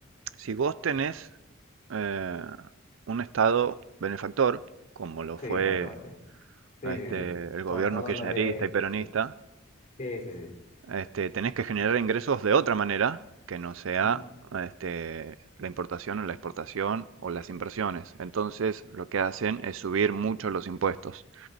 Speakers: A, on the right; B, on the left.
A: si vos tenés eh, un estado benefactor, como lo
B: Sí,
A: fue
B: básicamente. Sí,
A: este,
B: sí, sí.
A: el gobierno
B: Con todo
A: kirchnerista
B: lo de...
A: y peronista,
B: Sí, sí, sí, sí.
A: este, tenés que generar ingresos de otra manera que no sea
B: ¿Mm?
A: este, la importación o la exportación o las inversiones. Entonces, lo que hacen es subir mucho los impuestos